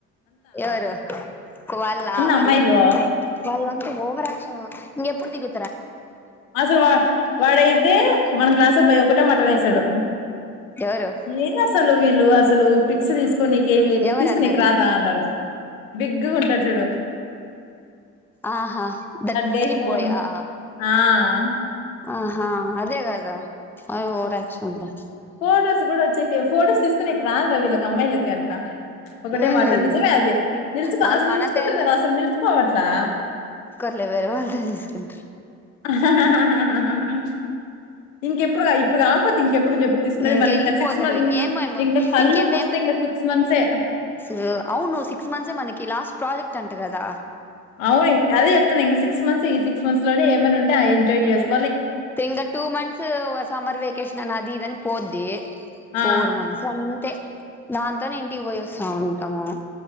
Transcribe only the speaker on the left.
అమ్మాయిలు
అస్సలు వా వాడైతే మన క్లాస్ అబ్బాయి ఒక్కటే మాటనేస్సడూ
ఏది అస్సలు వీలు అస్సలు పిక్స్ తీస్కోనీకేమై
తీస్కోనీకీ రాదా అన్నరూ బిగ్గుగుంటది చూడు
guy phone
ఆ
ఫొటోస్ కూడా వచ్చేకి ఫొటోస్ తీస్కోనేకి రాదు రా వీళ్ళకి అమ్మాయిలకి ఒకటే
మాట నిజమే అది నిల్చుకో
అస్సలు
నిల్చుకుంటరూ
గదా అస్సలు నిల్చుకోవట్లా
హ హహహహహహహా ఇంకెప్పుడా ఇప్పుడు కాక్పో ఇంకెప్పుడు చెప్పు తీస్కునేది
మళ్ళీ ఇంకా సిక్స్ మంత్స్
ఇం
ఇంకా కళ్ళు
మూస్తే ఇంకా సిక్స్ మంత్సే
ఆవును అదే చెప్తుకన్నింకా సిక్స్ మంత్స్ ఈ సిక్స్ మంత్స్ లోనే ఏమైనుంటే ఆ ఎంజాయ్ చేస్తూ
ఆ